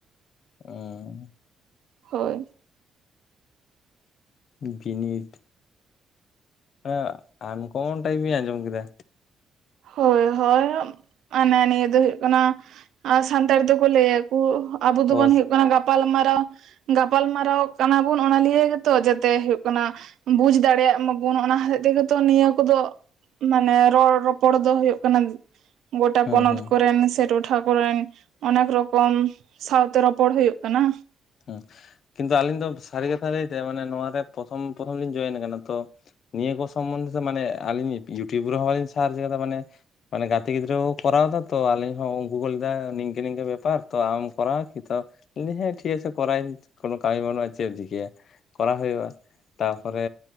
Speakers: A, on the left; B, on the right.
A: ᱚ᱾
B: ᱦᱳᱭ᱾
A: ᱵᱤᱱᱤᱰ᱾ ᱮᱸ ᱟᱱᱠᱚᱢᱚᱱ ᱴᱟᱭᱯᱤᱧ ᱟᱸᱡᱚᱢ ᱠᱮᱫᱟ᱾
B: ᱦᱳᱭ ᱦᱚᱭ, ᱢᱟᱱᱮ ᱱᱤᱭᱟᱹ ᱫᱚ ᱦᱩᱭᱩᱜ ᱠᱟᱱᱟ ᱟ ᱥᱟᱱᱛᱟᱲ ᱛᱮᱠᱚ ᱞᱟᱹᱭᱟ ᱠᱚ ᱟᱵᱚ ᱫᱚᱵᱚᱱ
A: ᱚ
B: ᱦᱩᱭᱩᱜ ᱠᱟᱱᱟ ᱜᱟᱯᱟᱞ ᱢᱟᱨᱟᱣ ᱜᱟᱯᱟᱞ ᱢᱟᱨᱟᱣᱚᱜ ᱠᱟᱱᱟ ᱵᱚᱱ ᱚᱱᱟ ᱞᱤᱭᱟᱹ ᱜᱮᱛᱚ ᱡᱮᱛᱮ ᱦᱩᱭᱩᱜ ᱠᱟᱱᱟ ᱵᱩᱡᱽ ᱫᱟᱲᱮᱭᱟᱜ ᱢᱟ ᱵᱚᱱ, ᱚᱱᱟ ᱦᱚᱛᱮᱡ ᱜᱮᱛᱚ ᱱᱤᱭᱟᱹ ᱠᱚᱫᱚ ᱢᱟᱱᱮ ᱨᱚᱲ ᱨᱚᱯ ᱯᱚᱲ ᱫᱚ ᱦᱩᱭᱩᱜ ᱠᱟᱱᱟ᱾ ᱜᱚᱴᱟ
A: ᱦᱩᱸ
B: ᱯᱚᱱᱚᱛ
A: ᱦᱩᱸ
B: ᱠᱚᱨᱮᱱ ᱥᱮ ᱴᱚᱴᱷᱟ ᱠᱚᱨᱮᱱ᱾ ᱚᱱᱮᱠ ᱨᱚᱠᱚᱢ ᱥᱟᱣᱛᱮ ᱨᱚᱯᱚᱲ ᱦᱩᱭᱩᱜ ᱠᱟᱱᱟ᱾
A: ᱩᱸ ᱠᱤᱱᱛᱩ ᱟᱹᱞᱤᱧ ᱫᱚ ᱥᱟᱹᱨᱤ ᱠᱟᱛᱷᱟ ᱞᱟᱹᱭᱛᱮ, ᱢᱟᱱᱮ ᱱᱚᱣᱟ ᱨᱮ ᱯᱚᱛᱷᱚᱢ ᱯᱚᱛᱷᱚᱢ ᱞᱤᱧ ᱡᱚᱭᱮᱱ ᱠᱟᱱᱟ ᱛᱚ ᱱᱤᱭᱟᱹ ᱠᱚ ᱥᱚᱢᱵᱚᱱᱫᱷᱮ ᱛᱮ ᱢᱟᱱᱮ ᱟᱹᱞᱤᱧ ᱤᱭᱩᱴᱩᱵᱽ ᱨᱮᱦᱚᱸ ᱵᱟᱹᱞᱤᱧ ᱥᱟᱨᱪ ᱠᱟᱫᱟ ᱢᱟᱱᱮ ᱜᱟᱛᱮ ᱜᱤᱫᱽᱨᱟᱹ ᱠᱚ ᱠᱚᱨᱟᱣ ᱫᱟ, ᱛᱚ ᱟᱹᱞᱤᱧ ᱦᱚᱸ ᱩᱝᱠᱩ ᱠᱝᱩ ᱞᱟᱹᱭᱫᱟ, ᱱᱤᱝᱠᱟᱹ ᱱᱤᱝᱠᱟᱹ ᱵᱮᱯᱟᱨ ᱛᱚ ᱟᱢ ᱠᱚᱨᱟᱣ ᱠᱤ ᱛᱚ ᱞᱟᱹᱭ ᱫᱟᱹᱧ ᱦᱮᱸ ᱴᱷᱤᱠ ᱟᱪᱷᱮ, ᱠᱚᱨᱟᱣᱤᱧ ᱠᱳᱱᱳ ᱠᱟᱹᱢᱤ ᱵᱟᱹᱱᱩᱜ-ᱟ᱾ ᱪᱮᱫ ᱮᱢ ᱪᱤᱠᱟᱹᱭᱟ ᱠᱚᱨᱟᱣ ᱦᱳᱭᱳᱜ-ᱟ᱾ ᱛᱟᱯᱚᱨᱮ